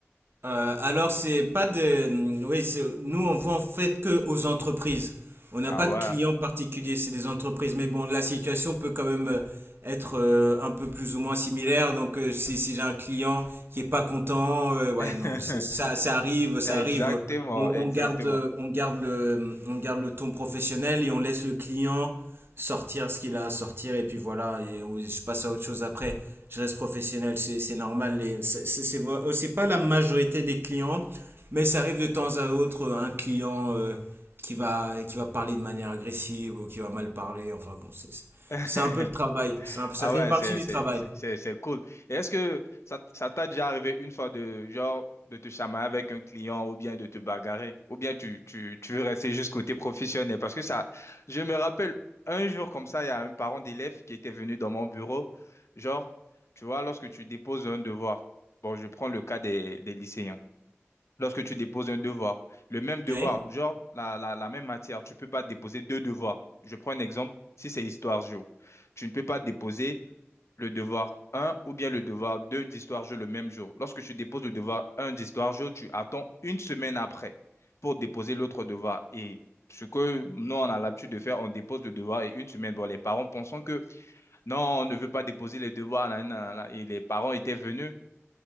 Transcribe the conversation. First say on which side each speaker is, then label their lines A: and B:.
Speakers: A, on the right (about 50°); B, on the left (about 70°).
A: Euh, alors c'est pas des, hum, oui, c'est- nous on vend en fait que aux entreprises. On n'a
B: Ah
A: pas
B: ouais.
A: de clients particuliers, c'est des entreprises. Mais bon, la situation peut quand même euh, être euh, un peu plus ou moins similaire. Donc euh, si, si j'ai un client qui est pas content, euh, ouais
B: <laughs>
A: non, c'est- ça, ça arrive, ça
B: Exactement,
A: arrive. On,
B: exactement.
A: on garde, euh, on garde le, hum, on garde le ton professionnel et on laisse le client. sortir ce qu'il a à sortir et puis voilà, et on- je passe à autre chose après. Je reste professionnel, c'est c'est normal. les- c'est- C'est c'est vo- euh, c'est pas la majorité des clients, mais ça arrive de temps à autre euh, un client euh, qui va, qui va parler de manière agressive ou qui va mal parler. Enfin bon, c'est c'est-
B: <laughs>
A: c'est un peu le travail. C'est un peu- ça
B: Ah
A: fait
B: ouais,
A: partie
B: c'est,
A: du
B: c'est,
A: travail.
B: c'est, c'est c'est cool. Et est-ce que ça, t- ça t'a déjà arrivé une fois de, genre, de te chamailler avec un client ou bien de te bagarrer? Ou bien tu, tu, tu veux rester juste côté professionnel? Parce que ça, je me rappelle un jour comme ça, il y a un parent d'élève qui était venu dans mon bureau. Genre, tu vois, lorsque tu déposes un devoir, bon, je prends le cas des, des lycéens. Lorsque tu déposes un devoir, le même devoir,
A: Ouais.
B: genre la, la, la même matière, tu peux pas déposer deux devoirs. Je prends un exemple, si c'est histoire géo, tu ne peux pas déposer le devoir un ou bien le devoir 2 d'histoire-jeu le même jour. Lorsque tu déposes le devoir un d'histoire-jeu, tu attends une semaine après pour déposer l'autre devoir. Et ce que nous, on a l'habitude de faire, on dépose le devoir et une semaine. Bon, les parents pensant que non, on ne veut pas déposer les devoirs. nanana, nanana. Et les parents étaient venus.